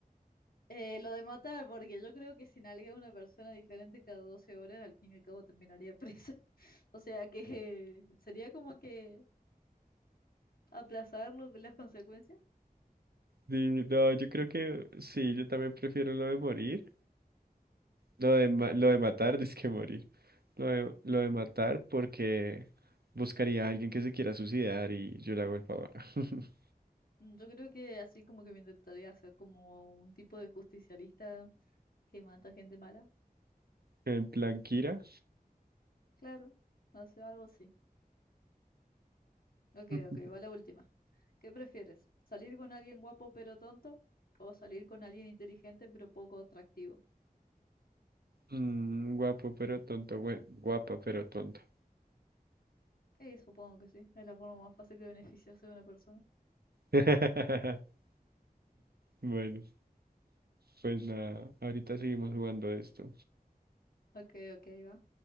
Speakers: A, on the left; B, on the right.
A: eh, lo de matar, porque yo creo que si nalguea a una persona diferente cada 12 horas, al fin y al cabo terminaría presa. <laughs> O sea que sería como que aplazar lo- las consecuencias.
B: Sí, no, yo creo que sí, yo también prefiero lo de morir, lo de, ma- lo de matar, <laughs> es que morir, lo de, lo de matar porque buscaría a alguien que se quiera suicidar y yo le hago el favor. <laughs>
A: Mm, Yo creo que así como que me intentaría hacer como un tipo de justicialista que mata gente mala.
B: En plan, Kira,
A: Claro, no sé, algo así. Ok,
B: <laughs>
A: ok, va la última. ¿Qué prefieres? ¿Salir con alguien guapo pero tonto? ¿O salir con alguien inteligente pero poco atractivo?
B: mm, guapo pero tonto, bueno, guapa pero tonta.
A: Eh, supongo que sí. Es la forma más fácil de beneficiarse de una persona.
B: <laughs> Bueno, pues nada, ahorita seguimos jugando esto.
A: Ok, ok, va.